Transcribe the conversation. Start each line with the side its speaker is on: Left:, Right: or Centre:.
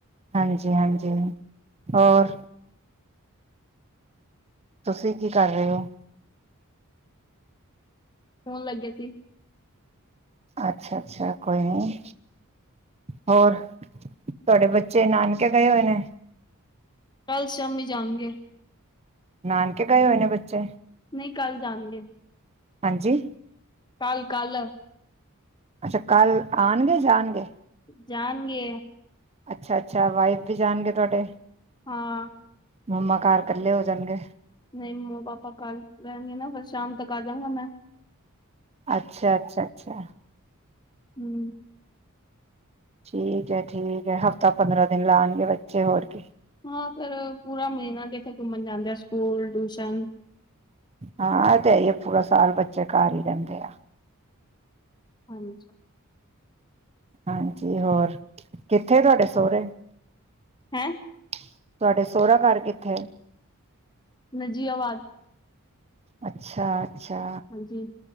Right: ਹਾਂਜੀ ਹਾਂਜੀ ਹੋਰ। ਤੁਸੀਂ ਕੀ ਕਰ ਰਹੇ ਹੋ?
Left: ਸੌਣ ਲੱਗੇ ਸੀ।
Right: ਅੱਛਾ ਅੱਛਾ ਕੋਈ ਨੀ ਹੋਰ ਤੁਹਾਡੇ ਬੱਚੇ ਨਾਨਕੇ ਗਏ ਹੋਏ ਨੇ।
Left: ਕੱਲ ਸ਼ਾਮੀ ਜਾਣਗੇ
Right: ਨਾਨਕੇ ਗਏ ਹੋਏ ਨੇ ਬੱਚੇ?
Left: ਨਹੀਂ ਕੱਲ ਜਾਣਗੇ।
Right: ਹਾਂਜੀ।
Left: ਕੱਲ ਕੱਲ।
Right: ਅੱਛਾ ਕੱਲ ਆਉਣਗੇ ਜਾਣਗੇ।
Left: ਜਾਣਗੇ।
Right: ਅੱਛਾ ਅੱਛਾ ਵਾਈਫ ਵੀ ਜਾਣਗੇ ਤੁਹਾਡੇ?
Left: ਹਾਂ।
Right: ਮੰਮਾ ਘਰ ਇਕੱਲੇ ਹੋ ਜਾਣਗੇ?
Left: ਨਹੀਂ ਮੰਮੋ ਪਾਪਾ ਕੱਲ ਰਹਿਣਗੇ ਨਾ ਫਿਰ ਸ਼ਾਮ ਤੱਕ ਆ ਜਾਗਾ ਮੈਂ।
Right: ਅੱਛਾ ਅੱਛਾ ਅੱਛਾ।
Left: ਹੂੰ।
Right: ਠੀਕ ਹੈ ਠੀਕ ਹੈ ਹਫ਼ਤਾ ਪੰਦਰਾਂ ਦਿਨ ਲਾਉਣਗੇ ਬੱਚੇ ਹੋਰ ਕੀ।
Left: ਹਾਂ ਫਿਰ ਪੂਰਾ ਮਹੀਨਾ ਕਿੱਥੇ ਘੁੰਮਣ ਜਾਂਦੇ ਆ ਸਕੂਲ ਟਿਊਸ਼ਨ।
Right: ਹਾਂ ਇਸੇ <unintelligible> ਤੇ ਹੈ ਪੂਰਾ ਸਾਲ ਬੱਚੇ ਘਰ ਹੀ ਰਹਿੰਦੇ ਆ।
Left: ਹਾਂਜੀ।
Right: ਹਾਂਜੀ ਹੋਰ ਕਿੱਥੇ ਤੁਹਾਡੇ ਸਹੁਰੇ?
Left: ਹੈਂ।
Right: ਤੁਹਾਡੇ ਸੋਹਰਾ ਘਰ ਕਿੱਥੇ ਹੈ?
Left: ਨਜ਼ੀਆਬਾਦ।
Right: ਅੱਛਾ। ਅੱਛਾ।
Left: ਹਾਂਜੀ